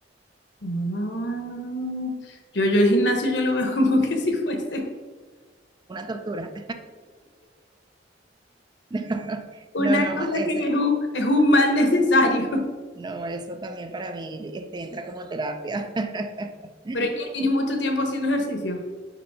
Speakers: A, on the left; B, on the right.
A: Ah, yo, yo el gimnasio yo lo veo <laughs> como que si fuese
B: Una tortura. <laughs>
A: una
B: no, no,
A: cosa
B: ese,
A: que es un, es un mal necesario.
B: no, eso también para mí este, entra como terapia. <laughs>
A: Pero es que tienes mucho tiempo haciendo ejercicio.